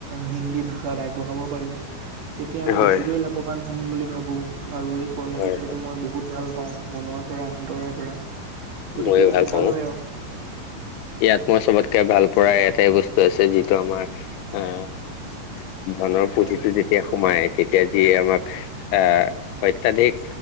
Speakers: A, on the right (about 55°); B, on the left (about 85°).
A: হিন্দী ভাষাত আগবঢ়াব পাৰোঁ তেতিয়া আমি
B: হয়।
A: বেছিকৈয়ে লাভৱান হ'ম বুলি ভাবো। আৰু এই কৰ্মটো
B: হয়
A: যিহেতু মই বহুত ভাল পাওঁ মনৰ পৰা অন্তৰৰ পৰা গতিকে
B: ময়ো
A: ভাল
B: পাওঁ
A: হয় আও
B: ইয়াত মই চবতকে ভাল পৰা এটাই বস্তু আছে যিটো আমাৰ আহ ধনৰ
A: হয়।
B: পুঁজিটো যেতিয়া সোমায় তেতিয়া যি আমাক আহ অত্যাধিক